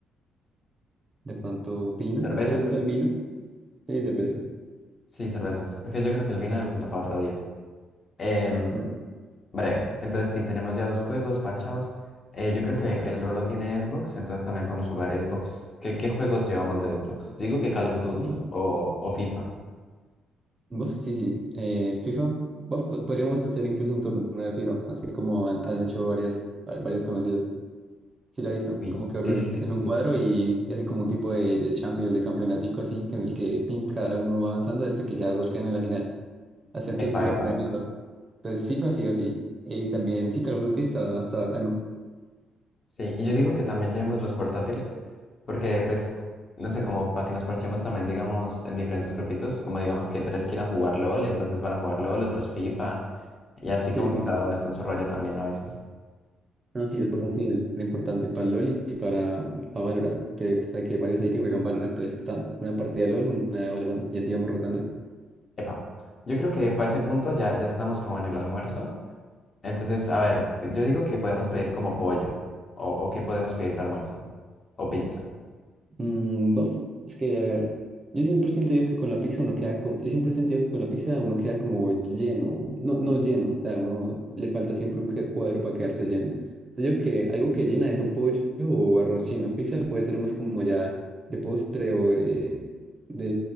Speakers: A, on the right; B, on the left.
A: De pronto, vino.
B: ¿Cervezas?
A: ¿Usted le gusta el vino? Sí, cervezas.
B: Sí, cervezas, es que yo creo que el vino de pronto para otro día. Em,
A: Bueno,
B: Breve. Entonces, Tin, tenemos ya dos juegos parchados. Eh, yo creo que el Rolo tiene Xbox, entonces también podemos jugar Xbox. ¿Qué, qué juegos llevamos de Xbox? Digo que Call of Duty
A: bof,
B: o, o FIFA.
A: bof, sí, sí. Eh, FIFA. Bof, po- podríamos hacer incluso un torneo de FIFA, así como han, han hecho varias, va- varios conocidos. ¿Sí la ha visto?
B: Uy,
A: Como que
B: sí,
A: organizan
B: sí, sí, sí,
A: un
B: sí.
A: cuadro y, y hacen como un tipo de, de Champions, de campeonatico así, que en el que tin, cada uno va avanzando hasta que ya dos quedan en la final. Hacer tipo
B: Epa,
A: un torneo
B: epa, epa.
A: de FIFA. Entonces, FIFA sí o sí. Y también, sí, Call of Duty está, está bacano.
B: Sí, y yo digo que también llevemos los portátiles, porque pues, no sé, como para que nos parchemos también, digamos, en diferentes grupitos, como digamos que tres quieran jugar LOL, entonces van a jugar LOL, otros FIFA, y así como
A: Sí, sí.
B: que cada uno está en su rollo también a veces.
A: No, sí, es portátil, re importante para LOL y para, para Valorant, que sé que varios hay que juegan Valorant, entonces están una partida de LOL, una de Valorant, y así vamos rotando.
B: Epa, yo creo que para ese punto ya, ya estamos como en el almuerzo. Entonces, a ver, yo digo que podemos pedir como pollo. O, o que podemos pedir de almuerzo. O pizza.
A: Mm, bof, es que, a ver, yo siempre siento sentido que con la pizza uno queda como, yo siempre he sentido que con la pizza uno queda como lleno, no, no lleno, o sea, uno le falta siempre un que- cuadro para quedarse lleno. Yo digo que algo que llena eso, pollo o arroz chino, pizza puede ser más como ya de postre o eh, de